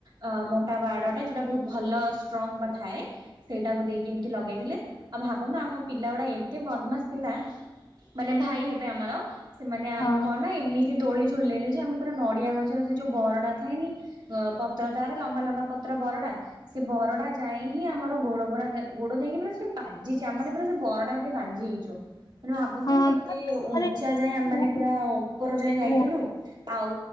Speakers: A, on the right; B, on the left.
A: ଅ ମୋଟା ବାଡଟା ଯୋଉଟା ବୋହୁତ୍ ଭଲ ଷ୍ଟ୍ରଙ୍ଗ ବା ଥାଏ। ସେଇଟାକୁ ଦେଇକି ଏମିତି ଲଗେଇ ଦେଲେ ଆଉ ଭାବନ୍ତୁ ଆମ ପିଲା ଗୁଡା ଏତେ ବଦମାସ୍ ପିଲା ମାନେ ଭାଇ ହେବେ ଆମର, ସେମାନେ ଆମକୁ
B: ହଁ
A: କଣ ନା ଏମିତି ଏ ଦୋଳି ଝୁଲେଇଲେ ଯେ, ଆମେ ପୁରା ନଡିଆ ଗଛର ସେ ଯୋଉ ବରଡା ଥାଏନି ଅ ପତ୍ର ତାର ଲମ୍ବା ଲମ୍ବା ପ ତ୍ର ବରଡା ସେ ବରଡା ଯାଏ ହିଁ, ଆମର ଗୋଡ ପୁରା ଗୋଡ ଯାଇକି ପୁରା ସେ ବାଜିଛି ଆମ ମାନେ ପୁରା ସେ ବରଡାରେ ବାଜି ହେଇଛୁ। ମାନେ ଭାବନ୍ତୁ
B: ହଁ
A: କେ ଏତେ
B: ମାନେ
A: ଉଞ୍ଚା ଯାଏଁ ଆମ
B: ସବୁ
A: ମାନେ ପୁରା ଉପର ଯାଏଁ ଯାଇଥିଲୁ
B: ହଁ
A: ଆଉ